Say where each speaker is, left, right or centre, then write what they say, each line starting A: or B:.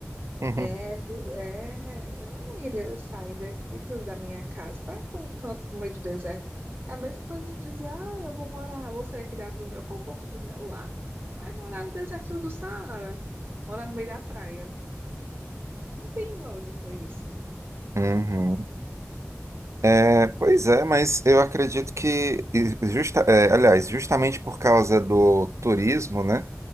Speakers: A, on the right; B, on the right.
A: <laughs>
B: É, do- é, eu não iria sair daqui do- da minha casa para ir para um canto no meio do deserto. É a mesma coisa de dizer, ah, eu vou morar, vou sair aqui da- do meu conforto, do meu lar, vai morar no deserto do Saara, morar no meio da praia. Não tem lógica isso.
A: Uhum. É, pois é, mas eu acredito que, e justa, é, aliás, justamente por causa do turismo, né?